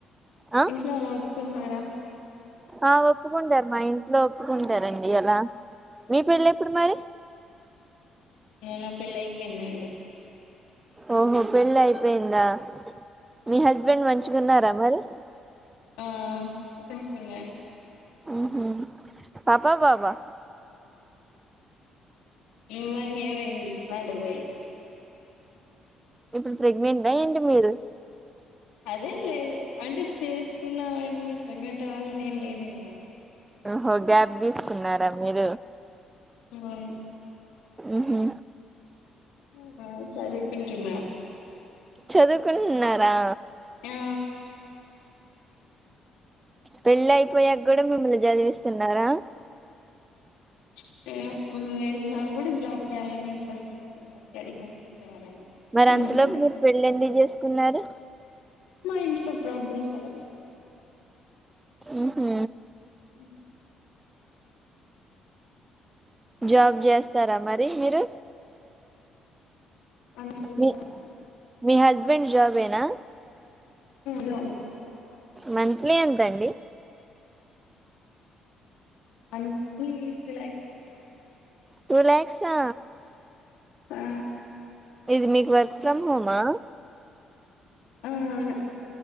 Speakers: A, on the right; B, on the left.
A: ఆ
B: ఇంట్లో అలా ఒప్పుకుంటార
A: ఆ ఒప్పుకుంటారు మా ఇంట్లో ఒప్పుకుంటారండి అలా మీ పెళ్ళెప్పుడు మరి
B: నా పెళ్లైపొయ్యిందండి
A: ఓహో పెళ్లయి పొయిందా మీ హస్బెండ్ మంచిగున్నారా మరి
B: ఆ మంచిగున్నాన్
A: ఉహ్ హు పాప, బాబా?
B: ఇం వన్ ఇయర్ అయింది. మ్యారేజ్ అయ్యి
A: ఇప్పుడు ప్రెగ్నెంటా. ఏంటి మీరు?
B: అదేం లేదు. అంటే చేసుకున్నా వెంటేనే ప్రెగ్నెంట్ ఆవాలని ఏం లేదు గాదా.
A: ఓహో గ్యాప్ తీసుకున్నారా మీరు?
B: అవును
A: ఉహ్ హు
B: ఉహ్ హు చదువ్ పింటున్న
A: చదువుకుటున్నారా?
B: ఆ
A: పెళ్ళి అయిపోయాక గూడా మిమ్మల్ని జదివిస్తున్నారా?
B: ప్చ్ ఏమో ముందు నేను నాకూడా జాబ్ చేయాలని ఇంట్రెస్ట్ ఉంది. స్టడీ కంప్లీట్ చేయాలని
A: మరి
B: కుదుర్తలేదు
A: అంతలోపు మీరు పెళ్ళి ఎందుకు చేసుకున్నారు
B: <inaudible> మా ఇంట్లో ప్రబ్లమ్స్ చాలా జీనిస్
A: ఉహు
B: ఉహ్ హు
A: జాబ్ చేస్తారా. మరి మీరు?
B: అందువల్ల
A: మీ మీ హస్బెండ్ జాబేనా?
B: జాబ్
A: మంత్లీ ఎంతండి?
B: మంత్లీ టు లాక్స్
A: టూ లాక్సా
B: ఆ
A: ఇది మీకు వర్ ఫ్రమ్ హోమా?
B: ఆ అవును